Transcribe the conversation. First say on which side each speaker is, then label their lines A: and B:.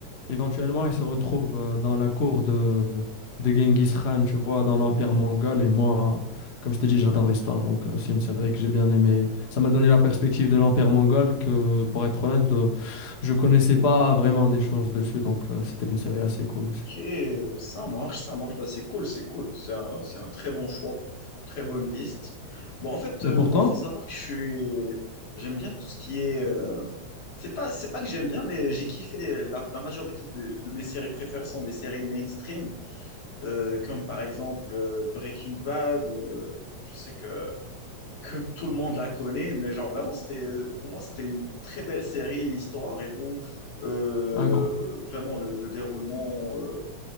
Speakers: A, on the left (about 55°); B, on the left (about 80°).
A: Éventuellement, il se retrouve euh, dans la cour de, de Genghis Khan, tu vois, dans l'Empire mongol. Et moi, comme je t'ai dit, j'adore les stars. Donc, euh, c'est une série que j'ai bien aimée. Ça m'a donné la perspective de l'Empire mongol que, pour être honnête, de- je connaissais pas vraiment des choses dessus. Donc, euh, c'était une série assez cool
B: ok,
A: aussi.
B: ça marche, ça marche. Bah, c'est cool, c'est cool. C'est un, c'est un très bon choix, très bonne liste. Bon, en fait, euh,
A: Et pour
B: moi,
A: toi?
B: faut savoir que je suis, j'aime bien tout ce qui est. euh, C'est pas, c'est pas que j'aime bien, mais j'ai kiffé. La, la majorité de, de mes séries préférées sont des séries mainstream, euh, comme par exemple euh, Breaking Bad. euh, je sais que que tout le monde la connaît, mais genre vraiment, c'était, pour moi, c'était une très belle série, l'histoire et tout. Euh,
A: Incroyable.
B: vraiment, le, le déroulement euh,